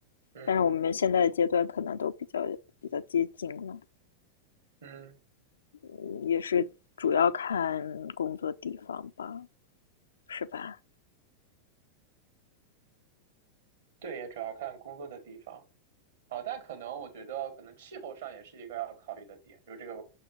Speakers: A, on the right; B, on the left.
A: 嗯。
B: 但是我们现在的阶段可能都比较比较接近了，
A: 嗯，
B: 嗯也是主要看工作地方吧，是吧？
A: 对，也主要看工作的地方。好，但可能我觉得，可能气候上也是一个要考虑的点。就这个，